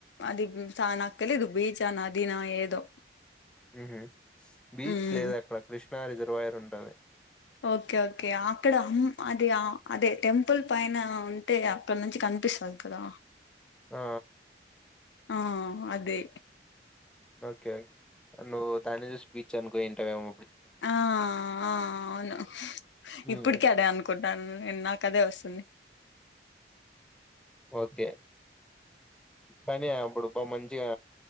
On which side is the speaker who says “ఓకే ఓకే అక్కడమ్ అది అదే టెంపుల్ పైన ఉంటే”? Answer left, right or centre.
Left